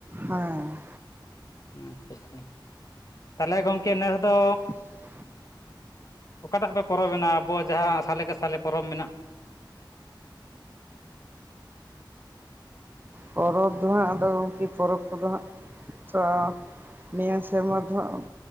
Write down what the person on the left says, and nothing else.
ᱟᱼᱪᱷᱟ ᱟᱼᱪᱷᱟ ᱛᱟᱦᱚᱸᱞᱮ ᱜᱚᱝᱹᱠᱮ ᱱᱮᱥ ᱫᱚ᱾
ᱚᱠᱟᱴᱟᱜᱹ ᱯᱮ ᱯᱚᱨᱚᱵᱽᱮᱱᱟ ᱟᱸᱵᱚ ᱡᱟᱦᱟᱸ ᱥᱟᱞᱮ ᱠᱮᱥᱟᱞᱮ ᱯᱚᱨᱚᱵᱽ ᱢᱮᱱᱟᱜᱼᱟᱹ